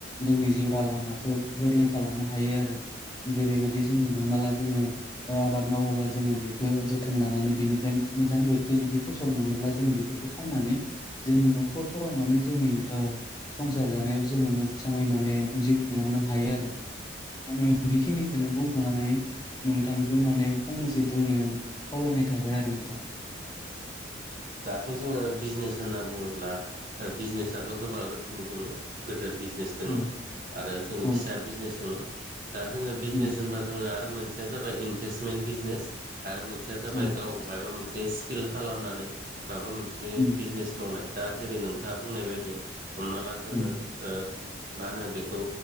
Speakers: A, on the left; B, on the right.
A: जोंनि जिउराहा लामाखौ गोरलै खालामनो हायो आरो जेरैबायदि जों हमना ला जोङो आबाद मावोबा जोङो बेखौ जोथोन लानानै बेनिफ्राय मोजां गोग्गो जुदि फसल मोनोब्ला जों बेफोरखौ फाननानै जोंनि न'खरफोराव माने जोंनि ओ संसार जानायाव जोङो मोजाङै माने जिउ खुंलांनो हायो आरो आङो बेखिनिखौनो बुंथ'नानै नोंथांखौ माने फंनैसो बुंनो खावलायनाय थाबाय आरो नोंथां।
B: दाथ' जोङो बिजनेस होनना बुङोब्ला बिजनेसाथ' गोबां रोखोमनि दोङो गिदिर बिजनेस दङ
A: औ
B: आरो जोङो
A: औ
B: फिसा बिजनेस दङ। दा जोङो बिजनेस
A: उम
B: होनबा जोङो आरो मोनसेया जाबाय इनभेस्टमेन्ट बिजनेस आरो मोनसेया जाबाय
A: औ
B: गाव माबा मोनसे स्किल खालामनानै माबा मोनसे
A: उम
B: बिजनेस मावनाय। दा जेरै नोंथाङा बुंनाय बायदि हमना ला जोङो
A: उम
B: मा होनो बेखौ